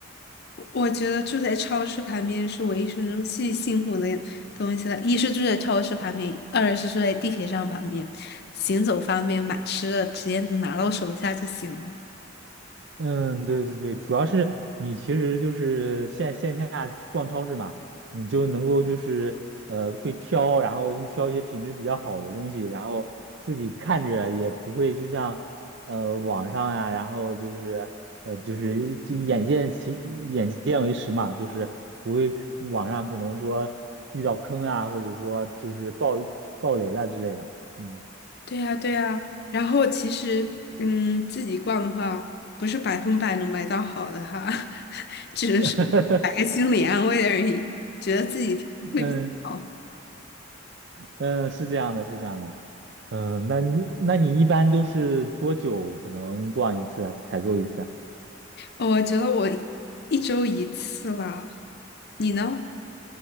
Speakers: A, on the left; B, on the right.
A: 我觉得住在超市旁边是我一生中最幸福的东西了。一是住在超市旁边，二是住在地铁站旁边，行走方便，买吃的直接拿到手下就行了。
B: 嗯，对对对，主要是你其实就是线线下逛超市嘛，你就能够就是呃会挑，然后去挑一些品质比较好的东西，然后自己看着也不会就像呃网上呀、然后就是呃就是就眼见其眼见为实嘛，就是不会网上可能说遇到坑啊，或者说就是爆爆雷了之类的，嗯
A: 对呀，对呀。然后其实，嗯，自己逛的话，不是百分百能买到好的哈，<laughs> 只能是买个心理安慰而已，
B: <laughs>
A: 觉得自己挺
B: 嗯。
A: 好。
B: 嗯，是这样的，是这样的。嗯，那你那你一般都是多久可能逛一次啊采购一次啊？
A: 我觉得我一周一次吧，你呢？